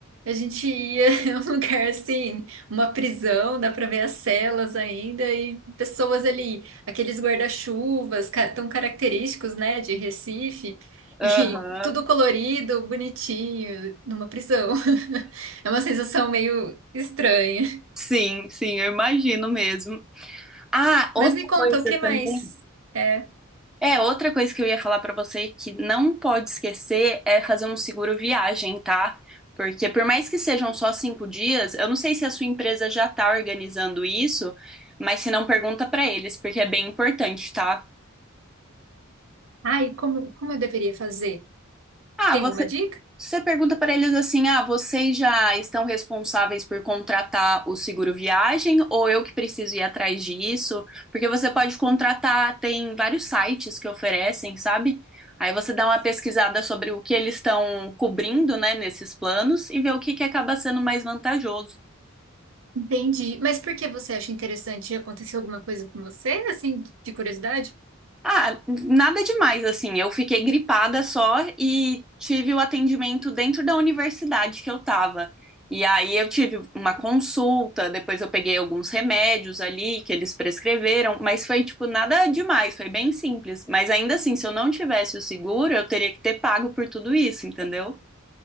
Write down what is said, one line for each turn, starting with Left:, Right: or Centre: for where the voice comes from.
Right: A gente ia <laughs> em um lugar assim, uma prisão, dá para ver as celas ainda e pessoas ali, aqueles guarda-chuvas ca- tão característicos, né, de Recife,
Centre: Aham.
Right: e <laughs> tudo colorido, bonitinho, numa prisão. <laughs> É uma sensação meio estranha.
Centre: Sim, sim, eu imagino mesmo. Ah,
Right: Mas
Centre: outra
Right: me conta,
Centre: coisa
Right: o que mais
Centre: também.
Right: é?
Centre: É, outra coisa que eu ia falar pra você que não pode esquecer é fazer um seguro viagem, tá? Porque por mais que sejam só cinco dias, eu não sei se a sua empresa já tá organizando isso, mas se não, pergunta pra eles, porque é bem importante, tá?
Right: Ai, como, como eu deveria fazer?
Centre: Ah,
Right: Tem
Centre: você
Right: alguma dica?
Centre: Se Você pergunta para eles assim: ah, vocês já estão responsáveis por contratar o seguro viagem ou eu que preciso ir atrás disso? Porque você pode contratar, tem vários sites que oferecem, sabe? Aí você dá uma pesquisada sobre o que eles estão cobrindo, né, nesses planos e vê o que que acaba sendo mais vantajoso.
Right: Entendi. Mas por que você acha interessante? Aconteceu alguma coisa com você, assim, de curiosidade?
Centre: Ah, nada demais, assim. Eu fiquei gripada só e tive o atendimento dentro da universidade que eu tava. E aí eu tive uma consulta, depois eu peguei alguns remédios ali que eles prescreveram, mas foi tipo nada demais, foi bem simples. Mas ainda assim, se eu não tivesse o seguro, eu teria que ter pago por tudo isso, entendeu?